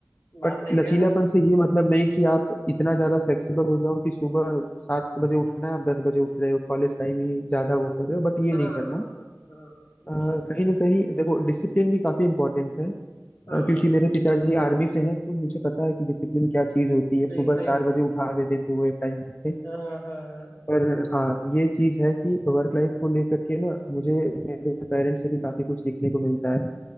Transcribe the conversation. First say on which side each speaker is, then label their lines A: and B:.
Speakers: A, on the left; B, on the left.
A: बात
B: बट
A: सही
B: लचीलापन
A: कह रहे हो
B: से ये मतलब नहीं कि आप इतना ज्यादा फ्लेक्सिबल हो जाओ कि सुबह सात बजे उठना है आप दस बजे उठ रहे हो कॉलेज टाइम ही ज्यादा वो कर रहे हो बट ये
A: हाँ
B: नहीं
A: हाँ
B: करना
A: हाँ हाँ, नहीं
B: अ, कहीं ना कहीं देखो डिसिप्लिन भी काफी इंपॉर्टेंट है अ,
A: हाँ
B: क्योंकि
A: हाँ
B: मेरे पिताजी आर्मी से हैं तो मुझे पता है कि डिसिप्लिन क्या चीज होती है
A: नहीं
B: सुबह
A: सही
B: चार बजे
A: है
B: उठा देते थे वो एक टाइम पे,
A: हाँ हाँ हाँ
B: पर हाँ ये चीज है कि वर्क लाइफ को लेकर के ना मुझे मेरे पेरेंट्स से भी काफी कुछ सीखने को मिलता है